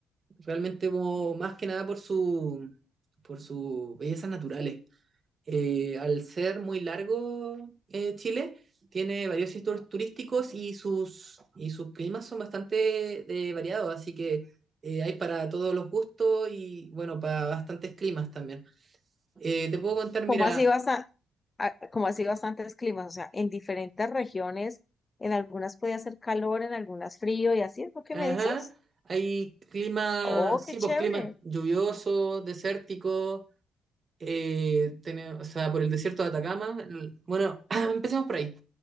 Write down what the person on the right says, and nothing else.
Realmente como más que nada por su, por sus bellezas naturales. Eh, al ser muy largo eh, Chile, tiene varios sitios turísticos y sus, y sus climas son bastante eh, variados, así que eh, hay para todos los gustos y bueno, para bastantes climas también. Eh, te puedo contar,
mira,
ajá,
hay clima,
sí,
pues clima lluvioso, desértico, eh, tiene- o sea, por el desierto de Atacama. el- bueno, <clears throat> empecemos por ahí.